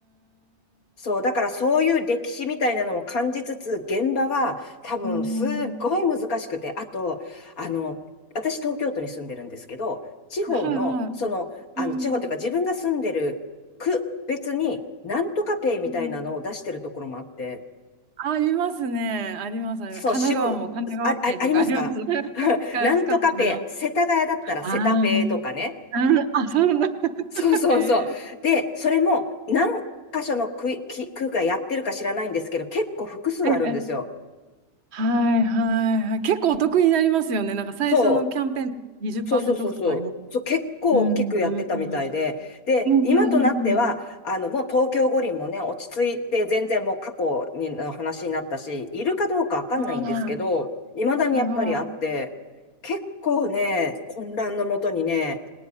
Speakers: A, on the left; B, on the right.
A: そう、だからそういう歴史みたいなのも感じつつ、現場は多分すっごい難しくて、
B: うん。
A: あと、あの、私東京都に住んでるんですけど、地方の、
B: はいはい。
A: その、あの、
B: うん。
A: 地方というか自分が住んでる区別に、なんとかペイみたいなのを出してるところもあって、
B: うんありますね。あります。あります神奈川も神奈川ペイとかあります。
A: そう、支部あ、あ、ありますか
B: <laughs>
A: <laughs>
B: 使う、
A: なんとかペイ、
B: 使ったことあります。
A: 世田谷だったらセタペイとかね。
B: ああ、めっ <laughs> うん、あ、そんな
A: そうそうそう。
B: <laughs> へえ。
A: で、それも何箇所の区、き区がやってるか知らないんですけど、結構複数あるんですよ。
B: ええ、はいはいはい。結構お得になりますよね。なんか最初のキャンペーン20%
A: そう。そうそうそうそう。
B: オフとかあります。
A: そう、結構大きくやってたみたいで、
B: うん、うん、うん、
A: で、
B: うん、
A: 今となっては、
B: うん、うん。うん
A: あの、もう東京五輪もね、落ち着いて、全然もう過去にの話になったし、いるかどうかわかんないんですけど、
B: あ
A: いまだにやっぱりあって、
B: あ、はいは
A: 結構ね、混乱のもとにね、